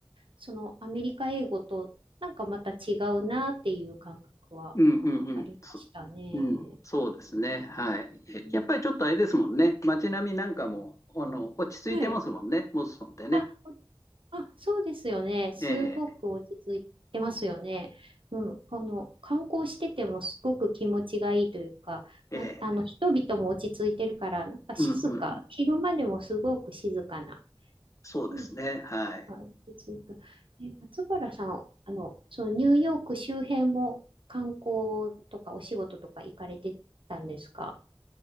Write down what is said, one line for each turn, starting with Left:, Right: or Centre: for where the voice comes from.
Right: その、アメリカ英語と、なんかまた違うなっていう感覚は
Left: うんうんうん。
Right: ありましたね。
Left: そ、うん。そうですね。はい。えやっぱりちょっとあれですもんね。
Right: うん。
Left: 街並みなんかも、あの、落ち着いてますもんね。
Right: はい。
Left: ボストンってね。
Right: あ、あ、そうですよね。すごく落ち着いてますよね。
Left: ええ
Right: うん。この観光しててもすごく気持ちがいいというか、
Left: ええ
Right: ま、あの人々も落ち着いてるから、なんか静か、
Left: うんうんうん。
Right: 昼間でもすごく静かな、
Left: そうですね。
Right: なん
Left: はい。
Right: か落ち着く。え、松原さん、あの、そのニューヨーク周辺も観光とかお仕事とか行かれてたんですか